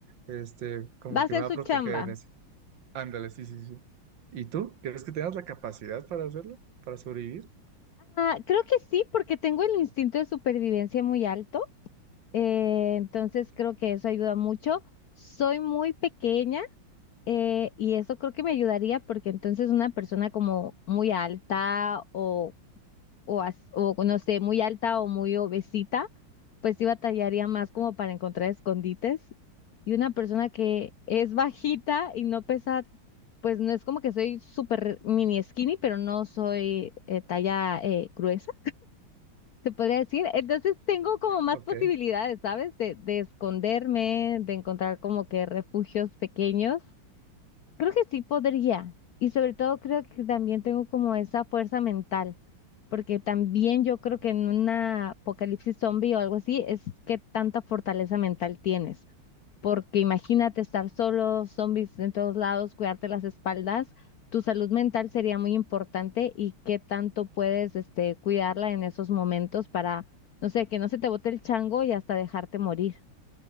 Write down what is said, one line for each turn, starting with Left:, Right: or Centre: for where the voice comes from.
Right: este como
Left: Va
Right: que
Left: a ser
Right: me va a
Left: su
Right: proteger
Left: chamba.
Right: en ese. Ándale, sí, sí, sí. ¿Y tú? ¿Crees que tengas la capacidad para hacerlo? ¿Para sobrevivir?
Left: Ah, creo que sí, porque tengo el instinto de supervivencia muy alto. eh, entonces creo que eso ayuda mucho. Soy muy pequeña eh, y eso creo que me ayudaría porque entonces una persona como muy alta o o, as- o no sé, muy alta o muy obesita, pues sí batallaría más como para encontrar escondites. Y una persona que es bajita y no pesa, pues no es como que soy súper mini skinny, pero no soy eh, talla eh, gruesa, se podría decir. Entonces tengo como más
Right: Ok,
Left: posibilidades, ¿sabes? De, de esconderme, de encontrar como que refugios pequeños. Creo que sí podría. Y sobre todo creo que también tengo como esa fuerza mental, porque también yo creo que en una apocalipsis zombie o algo así es que tanta fortaleza mental tienes, porque imagínate estar solo, zombies en todos lados, cuidarte las espaldas, tu salud mental sería muy importante y qué tanto puedes este cuidarla en esos momentos para, no sé, que no se te bote el chango y hasta dejarte morir.